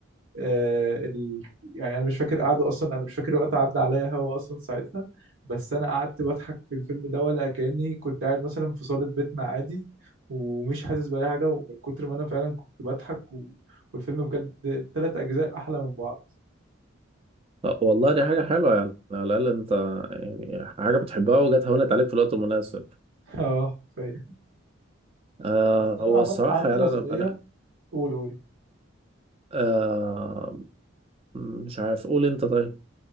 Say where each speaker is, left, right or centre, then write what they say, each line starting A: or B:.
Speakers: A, on the right; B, on the right.
A: آه، ال... يعني انا مش فاكر قعدوا اصلا انا مش فاكر وقت عدى عليا هوا اصلا ساعتها بس انا قعدت بضحك في الفيلم ده ولا كاني كنت قاعد مثلا في صاله بيتنا عادي ومش حاسس باي حاجه ومن كتر ما انا فعلا كنت بضحك و... والفيلم بجد ثلاث اجزاء احلى من بعض
B: طب والله دي حاجة حلوة يعني على الأقل أنت يعني حاجة بتحبها وجت هونت عليك في الوقت المناسب
A: <laughs> اه ف-
B: آه
A: بس انا
B: هو
A: عامه
B: الصراحة
A: عندي
B: يعني
A: نظريه
B: أنا أنا
A: قول قول
B: آه مش عارف قول أنت طيب